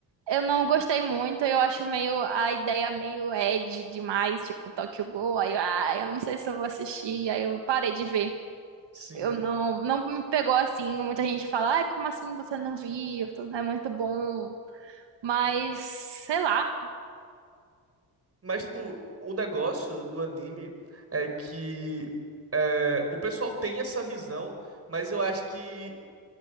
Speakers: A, on the right; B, on the right.
A: eu não gostei muito. Eu acho meio a ideia meio edgy demais, tipo Tokyo Ghoul. Aí, eu, ah, eu não sei se eu vou assistir. Aí eu parei de ver.
B: Sim.
A: Eu não, não me pegou assim. Muita gente fala, ai, como assim você não viu? É muito bom. Mas, sei lá,
B: Mas, tipo, o negócio do anime é que é, o pessoal tem essa visão, mas eu acho que.